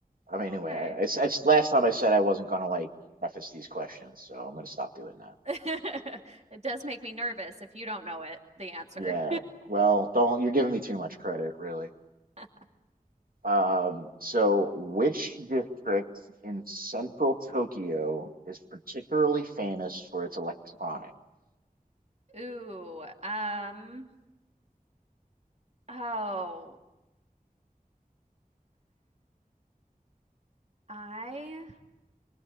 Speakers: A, on the right; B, on the right.
A: I mean, anyway,
B: Okay.
A: I, I s- I s- last time I said I wasn't gonna like preface these questions, so I'm gonna stop doing that.
B: <laughs> It does make me nervous if you don't know it, the answer.
A: Yeah, well, don't, you're giving me too much credit, really.
B: <laughs>
A: Um, so which district in central Tokyo is particularly famous for its electronics?
B: Ooh, um, oh, <sighs> I